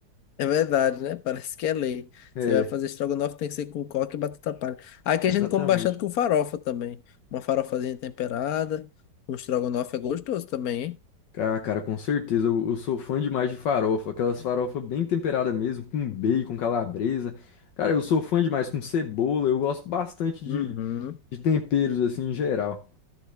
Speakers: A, on the left; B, on the left.
A: é verdade, né? <laughs> Parece que é lei.
B: É,
A: Você vai fazer estrogonofe, tem que ser com coque e batata palha. Aqui
B: exatamente.
A: a gente come bastante com farofa também. Uma farofazinha temperada. Um estrogonofe é gostoso também, hein?
B: Ah, cara, com certeza. Eu, eu sou fã demais de farofa. Aquelas farofas bem temperadas mesmo, com bacon, calabresa. Cara, eu sou fã demais com cebola. Eu gosto bastante de,
A: Uhum.
B: de temperos, assim, em geral.